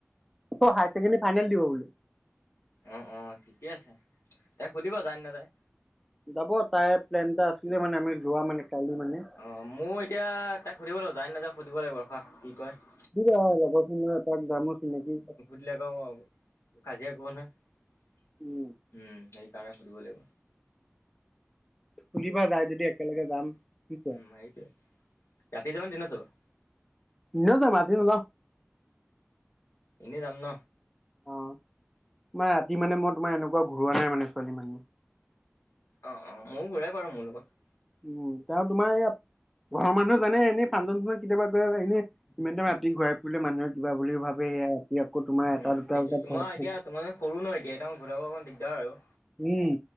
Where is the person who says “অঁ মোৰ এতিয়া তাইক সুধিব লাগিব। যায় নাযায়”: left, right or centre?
Left